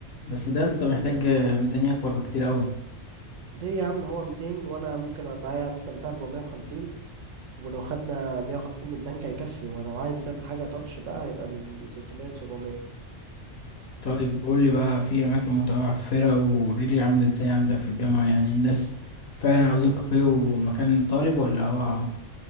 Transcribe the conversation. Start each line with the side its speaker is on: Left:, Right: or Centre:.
Left: بس ده يا اسطى محتاج
Right: ايه رأيك
Left: آه، ميزانية أكبر بكتير أوي
Right: ليه يا عم هو 200 وانا ممكن أنا معايا مثلا بتاع 450 ولو خدنا 150 من البنك هيكفي ولو عايز تعمل حاجة طرش بقى يبقى من 600 ل 700
Left: طيب قول لي بقى في اماكن متوفره ورجلي عامله ازاي عندك في الجامعه يعني الناس فعلا عاوزين كافيه والمكان طالب ولا هو